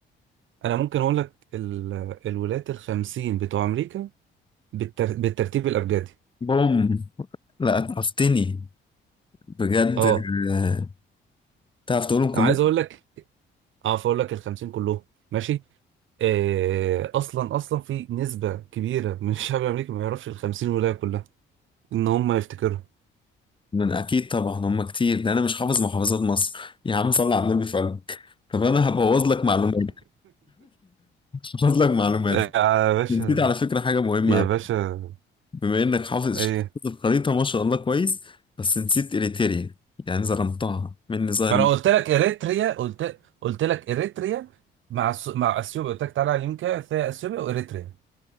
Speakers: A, on the right; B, on the left.
A: انا ممكن اقول لك ال- الولايات الخمسين بتوع امريكا بالتر... بالترتيب الابجدي
B: بوم لا اتعفتني بجد
A: اه
B: آه، تعرف تقولهم
A: انا
B: كلهم
A: عايز اقول لك اه فاقول لك الخمسين كلهم ماشي آه اصلا اصلا في نسبه كبيره من الشعب الامريكي ما يعرفش الخمسين ولايه كلها ان هم يفتكروا
B: من اكيد طبعا هم كتير ده انا مش حافظ محافظات مصر يا عم صل على النبي في قلبك طب انا هبوظ لك معلومات <laughs> هبوظ لك معلومات
A: آه، يا باشا
B: نسيت على فكره حاجه مهمه
A: يا
B: أوي.
A: باشا
B: بما انك حافظ
A: ايه
B: حافظ الخريطه ما شاء الله كويس بس نسيت اريتريا يعني ظلمتها مني ظاهر
A: ما انا
B: مني.
A: قلت لك اريتريا قلت قلت لك اريتريا مع الس... مع اثيوبيا قلت لك تعالى على اليمين كده هتلاقي اثيوبيا واريتريا